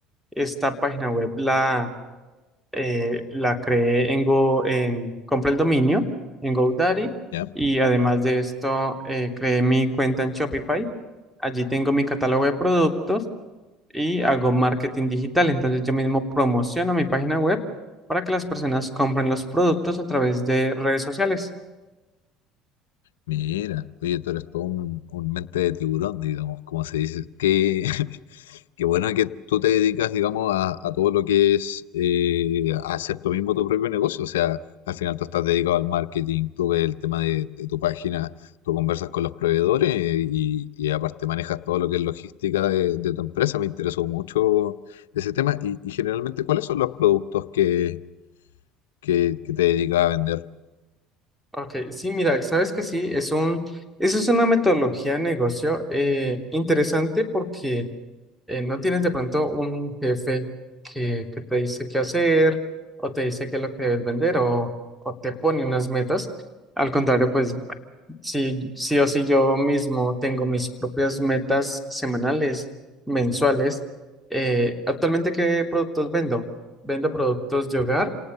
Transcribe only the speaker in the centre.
Esta página web la eh, la creé en Go, en, compré el dominio en GoDaddy
y además de esto eh, creé mi cuenta en Shopify. Allí tengo mi catálogo de productos y hago marketing digital. Entonces yo mismo promociono mi página web para que las personas compren los productos a través de redes sociales.
Ok, sí, mira, sabes que sí, es un, eso es una metodología de negocio eh, interesante porque eh, ¿no tienes de pronto un jefe que, que te dice qué hacer o te dice qué es lo que debes vender o, o te pone unas metas? Al contrario, pues sí, sí o sí yo mismo tengo mis propias metas semanales, mensuales. Eh, actualmente, ¿qué productos vendo? Vendo productos de hogar,